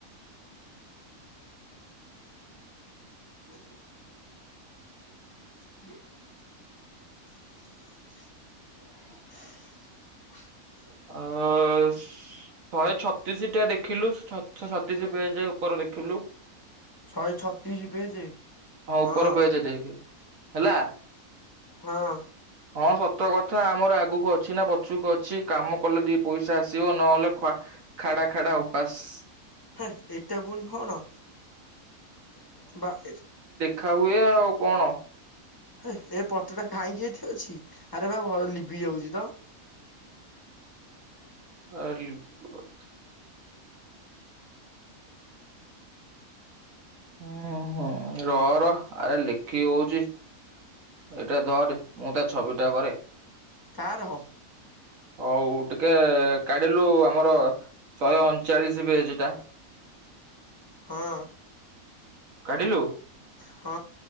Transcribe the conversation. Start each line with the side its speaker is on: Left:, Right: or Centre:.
Left: <inaudible> <inaudible>
Right: ଅ ଳେ ଛତିଶ ଟା ଦେଖିଲୁଛ ଛତିଶ ପେଜ ଉପରେ ଦେଖିଲୁ
Left: ଶହ ଛତିଶ ପେଜ
Right: ଉପର
Left: ହଁ।
Right: ପେଜ ଦେଖେ ହେଲା।
Left: ହଁ
Right: ହଁ ସତ କ ଥା ଆମର ଆଗକୁ ଅଛି ନା ପଛୁକୁ ଅଛି। କାମ କଲେ ଦି ପଇସା ଆସିବ ନହେଲେ ଖ ଖାଡା ଖଡା ଉପାସ
Left: ହେଁ ଏଟା ଫୁଣି କଣ ବା ଏ
Right: ଖା ହୁଏ ଆଉ କଣ?
Left: ହେ ଏ ପଟଟା ଖାଇଁକି ଏଠି ଅଛି ଆରେ ବା ଭଲ ଲିିଭି ଯାଉଚି ତ।
Right: <inaudible> ଉଁ ହୁଁ ର ର ଆରେ ଲେଖି ହଉଚି ଏଇଟା ଧରି ମୁଁ ତା ଛବି ଟା କରେ।
Left: କାରହ?
Right: ହଉ ଟିକେ କାଢିଲୁ ଆମର ଶହେ ଅଣଚାଳିଶ ଭେଜଟା।
Left: ହଁ।
Right: କାଢିଲୁ
Left: ହଁ।